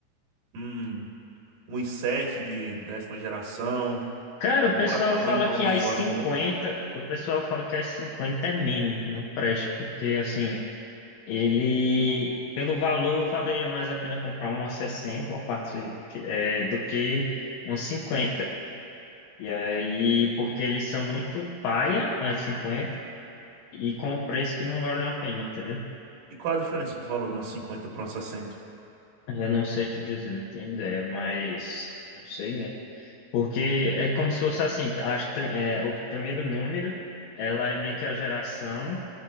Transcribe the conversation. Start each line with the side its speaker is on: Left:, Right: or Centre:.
Right: Hum, um i sete de décima geração,
Left: Cara, o
Right: uma
Left: pessoal
Right: placa-mãe
Left: fala
Right: com
Left: que
Right: alguns
Left: as
Right: slots
Left: cinquenta, o pessoal fala que as 50 é meme, não presta, porque assim, ele, pelo valor, valeria mais a pena comprar uma 60 uma parte que- é, do que uma cinquenta E aí, porque eles são muito paia, as 50 e com um preço que não vale a pena, entendeu?
Right: E qual a diferença de valor de uma 50 para uma 60?
Left: Eu não sei te dizer, não tenho ideia, mas não sei mesmo. Porque é como se fosse assim, as, tre- é, o primeiro número, ela é meio que a geração,